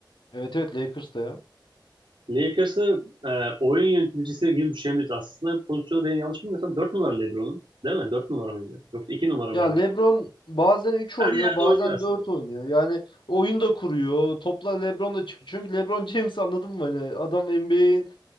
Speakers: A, on the left; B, on the right.
A: Evet evet Lakers da ya.
B: Lakers'ı e, oyun yöneticisi gibi düşünebiliriz. Aslında pozisyonu benim yanlış bilmiyorsam 4 numara LeBron'un. Değil mi? 4 numara mıydı? Yoksa 2 numara
A: Ya
B: mıydı?
A: LeBron bazen 3
B: Her
A: oynuyor,
B: yerde
A: bazen
B: oynuyor aslında.
A: 4 oynuyor. Yani oyun da kuruyor. Topla LeBron da çıkıyor. Çünkü LeBron James anladın mı? Hani adam NBA'in